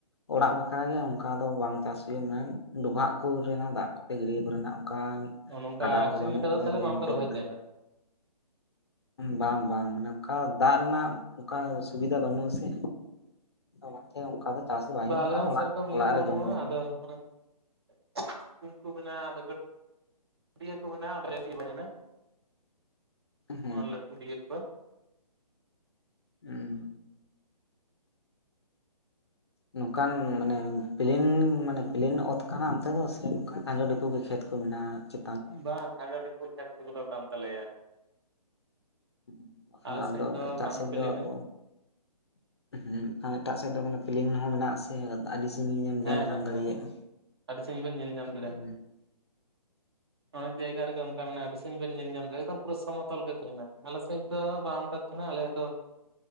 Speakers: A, on the left; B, on the right.
A: ᱚᱲᱟᱜ ᱵᱟᱠᱷᱨᱟ ᱜᱮ ᱚᱱᱠᱟ ᱫᱚ ᱵᱟᱝ ᱪᱟᱥ ᱦᱩᱭᱩᱜᱼᱟ, ᱢᱟᱱᱮ ᱰᱚᱵᱷᱟᱜ ᱠᱚᱨᱮᱱᱟᱜ ᱫᱟᱜ ᱠᱚᱛᱮ ᱜᱟᱹᱰᱤᱭᱟᱹ ᱠᱚᱨᱮᱱᱟᱜ ᱚᱱᱠᱟᱱ
B: ᱱᱚᱝᱠᱟ
A: ᱜᱟᱰᱟ ᱠᱚᱦᱚᱸ
B: ᱟᱠᱷᱨᱤᱧ
A: ᱵᱟᱹᱱᱩᱜ
B: ᱞᱮᱠᱟ ᱫᱚ
A: ᱠᱟᱫᱟ
B: ᱛᱟᱦᱚᱞᱮ
A: ᱡᱮ
B: ᱵᱟᱝᱯᱮ
A: ᱢᱮᱱᱛᱮᱫ
B: ᱨᱚᱦᱚᱭ ᱛᱟᱦᱮᱱᱟ
A: ᱵᱟᱝ ᱵᱟᱝ ᱢᱟᱱᱮ ᱚᱱᱠᱟ ᱫᱟᱜ ᱨᱮᱱᱟᱜ ᱚᱱᱠᱟ ᱥᱩᱵᱤᱫᱷᱟ ᱵᱟᱹᱱᱩᱜ ᱟᱥᱮ ᱚᱱᱟᱛᱮ ᱚᱱᱠᱟ ᱫᱚ ᱪᱟᱥ ᱫᱚ ᱵᱟᱝ
B: ᱚᱻ
A: ᱦᱩᱭᱩᱜᱼᱟ
B: ᱟᱞᱮ
A: ᱚᱱᱠᱟ
B: ᱦᱚᱸ
A: ᱚᱲᱟᱜ
B: ᱥᱮᱨᱚᱠᱚᱢ ᱤᱭᱟᱹ
A: ᱚᱲᱟᱜ
B: ᱫᱚ
A: ᱨᱮ
B: ᱵᱟᱹᱱᱩᱜᱼᱟ
A: ᱡᱚᱢ ᱞᱮᱠᱟ
B: ᱟᱫᱚ ᱩᱱᱟᱹᱜ ᱾ ᱠᱩᱧ ᱠᱚ ᱢᱮᱱᱟᱜ-ᱟ ᱟᱫᱚ ᱜᱟᱹᱴ ᱜᱟᱹᱰᱤᱭᱟᱹ ᱠᱚ ᱢᱮᱱᱟᱜ-ᱟ.. <unintelligible>
A: ᱦᱮᱸ
B: ᱚᱱᱟ ᱞᱟᱹᱴᱩ ᱜᱟᱹᱰᱤᱭᱟᱹᱠᱚ <unintelligible>
A: ᱦᱩᱸ ᱱᱚᱝᱠᱟᱱ ᱢᱟᱱᱮ ᱯᱮᱞᱮᱱ ᱢᱟᱱᱮ ᱯᱮᱞᱮᱱ ᱚᱛ ᱠᱟᱱᱟ ᱚᱱᱛᱮ ᱫᱚ ᱥᱮ ᱱᱝᱠᱟᱱ ᱠᱷᱟᱸᱡᱚ ᱰᱷᱤᱠᱩ ᱜᱮ ᱠᱷᱮᱛ ᱠᱚ ᱢᱮᱱᱟᱜ-ᱟ ᱪᱮ
B: ᱵᱟᱝ ᱠᱷᱟᱸᱡᱚ ᱰᱷᱟᱹᱠᱚ ᱪᱟᱥ ᱠᱚ ᱯᱩᱨᱟᱹᱣ ᱠᱟᱱ ᱛᱟᱞᱮᱭᱟ <unintelligible>
A: ᱦᱩᱸ ᱟᱠᱷᱟᱱ
B: ᱟᱞᱮ
A: ᱟᱫᱚ
B: ᱥᱮᱫ ᱫᱚ
A: ᱮᱴᱟᱜ
B: ᱵᱟᱝ
A: ᱥᱮᱫ
B: ᱯᱮᱞᱮᱱᱟ
A: ᱫᱚ ᱟᱵᱚ ᱦᱩᱸ ᱮᱠᱷᱟᱱ ᱮᱴᱟᱜ ᱥᱮᱫ ᱫᱚ ᱢᱟᱱᱮ ᱯᱮᱞᱮᱱ ᱦᱚᱸ ᱢᱮᱱᱟᱜᱼᱟ ᱟᱥᱮ ᱛᱮ ᱟᱹᱰᱤ ᱥᱟᱺᱜᱤᱧ ᱮᱢ ᱧᱮᱞ
B: ᱦᱮᱸ
A: ᱧᱟᱢ
B: ᱦᱮᱸ
A: ᱫᱟᱲᱮᱭᱟᱜᱼᱟ
B: ᱦᱮᱸ ᱟᱹᱰᱤ ᱥᱟᱺᱜᱤᱧ ᱵᱮᱱ ᱧᱮᱞ ᱧᱟᱢ
A: ᱦᱩᱸ
B: ᱢᱚᱡᱽ ᱡᱟᱭᱜᱟ ᱨᱮ ᱜᱮ <unintelligible> ᱚᱠᱟ ᱢᱮᱱᱟ ᱟᱹᱰᱤ ᱥᱟᱺᱜᱤᱧ ᱵᱮᱱ ᱧᱮᱞ ᱧᱟᱢᱮᱫᱟ ᱮᱠᱫᱚᱢ ᱯᱩᱨ ᱥᱚᱢᱚᱛᱚᱞ ᱜᱮ ᱛᱟᱦᱮᱸᱱᱟ ᱟᱞᱮ ᱥᱮᱫ ᱫᱚ ᱵᱟᱝ ᱚᱱᱠᱟ ᱛᱟᱦᱮᱱᱟ ᱟᱞᱮᱭᱟᱜ ᱫᱚ